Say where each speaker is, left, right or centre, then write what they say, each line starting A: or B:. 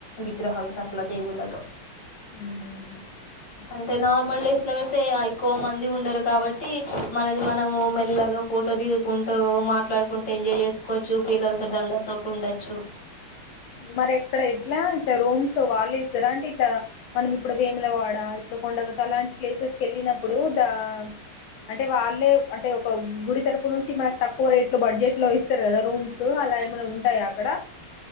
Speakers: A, on the left (about 50°); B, on the left (about 75°).
A: విగ్రహాలు సకల దేవుళ్ళగా
B: మ్మ్. అవును
A: అంటే నార్మల్ డ అట్లు పెడితే ఎక్కువ మంది ఉండరు కాబట్టి మనది మనము మెల్లగా ఫోటో దిగుకుంటూ మాట్లాడుకుంటే ఎంజాయ్ చేసుకోవచ్చు పిల్లలతో అందరితో ఉండొచ్చు
B: మరి ఎక్కడ ఇట్లా ఇట్లా రూమ్స్ వాళ్ళు ఇస్తారా అంటే ఇట్లా మనం ఇప్పుడు వేముల వాడా ఇప్పుడు పండగ అలాంటి ప్లేసెస్కి వెళ్ళినప్పుడు ద అంటే వాళ్ళే అంటే ఒక గుడి తరపు నుంచి మనకు తక్కువ రేట్ లో బడ్జెట్ లో ఇస్తారు కదా రూమ్స్ అట్లా ఏమైనా ఉంటాయా అక్కడ